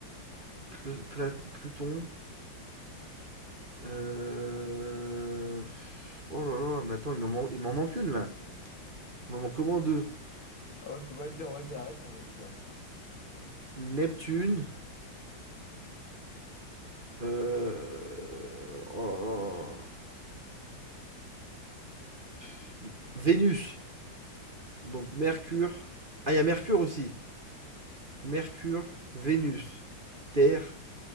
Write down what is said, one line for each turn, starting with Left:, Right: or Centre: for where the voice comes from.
Right: Plu Plat Pluton Euh, Oh là là, mais attends, il m'en man- il m'en manque une là. Il m'en manque au deux.
Left: Ah ouais, je peux pas te dire, moi j'ai la réponse en tout cas.
Right: Neptune. euh, Oh là là. Vénus. Donc Mercure. Ah, il y a Mercure aussi. Mercure, Vénus, Terre,